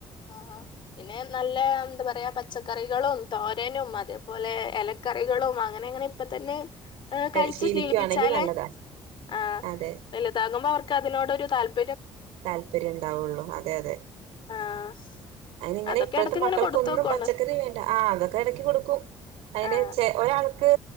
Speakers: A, on the left; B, on the right.
A: ആ പിന്നെ നല്ല എന്താ പറയാ പച്ചക്കറികളും തോരനും അതേപോലെ ഇലക്കറികളും അങ്ങനെ അങ്ങനെ ഇപ്പൊ തന്നെ കഴിച്ചു
B: ശീലിക്കുവാണെങ്കിൽ
A: ശീലിപ്പിച്ചാലേ
B: നല്ലതാ
A: ആ
B: അതെ
A: വലുതാകുമ്പോ അവർക്ക് അതിനോടരു താല്പര്യ
B: താല്പര്യം ഉണ്ടാവുള്ളു അതെ അതെ
A: ആഹ്
B: അതിനി ഇങ്ങനെ
A: അതൊക്കെ
B: ഇപ്പഴത്തെ
A: എടക്ക് ഇങ്ങനെ
B: മക്കൾക്കൊന്നും
A: കൊടുത്തോക്കോണ്ടു
B: പച്ചക്കറി വേണ്ട ആ അതൊക്കെ ഇടക്കി കൊടുക്കും അതിന്
A: ആഹ്
B: ചെ ഒരാൾ ക്ക്